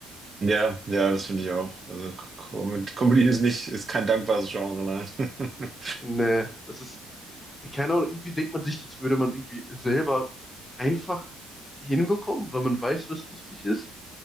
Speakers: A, on the right; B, on the left.
A: Ja, ja, das finde ich auch. Also Com- Comedy ist nicht, ist kein dankbares Genre, nein. <laughs>
B: Nee, das ist Keine Ahnung, irgendwie denkt man sich, das würde man irgendwie selber einfach hinbekommen, weil man weiß, was lustig ist.